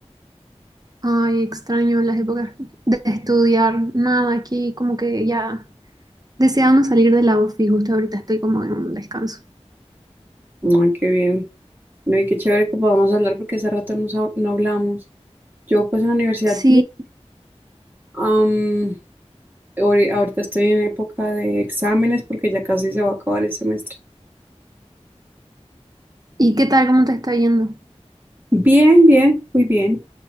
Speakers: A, on the right; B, on the right.
A: Ay, extraño las épocas de estudiar, nada, aquí como que ya deseando salir de la ofi, justo ahorita estoy como en un descanso.
B: Ay, qué bien. No, y qué chévere que podamos hablar porque hace rato no, sa- no hablamos. Yo pues en la universidad,
A: Sí,
B: am, ahori- ahorita estoy en época de exámenes porque ya casi se va a acabar el semestre.
A: ¿y qué tal? ¿Cómo te está yendo?
B: Bien, bien, muy bien.